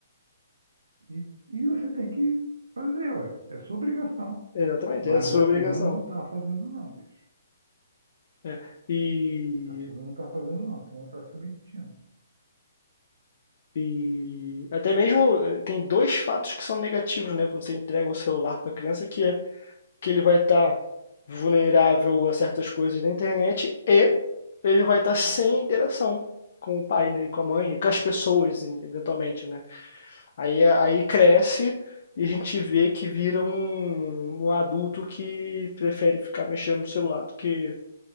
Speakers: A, on the right (about 80°); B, on the left (about 55°).
A: E, e você tem que fazer, ué, é sua obrigação.
B: Exatamente,
A: Mas
B: é a sua
A: a turma
B: obrigação.
A: não está fazendo, não, bicho.
B: É. E,
A: A turma não está fazendo, não, a turma está se omitindo.
B: e até mesmo eh, tem dois fatos que são negativos, né? Quando você entrega o celular para a criança, que é que ele vai estar vulnerável a certas coisas da internet e ele vai estar sem interação com o pai, né, e com a mãe, e com as pessoas, eventualmente, né? Aí, aí cresce e a gente vê que vira um, um adulto que prefere ficar mexendo no celular do que,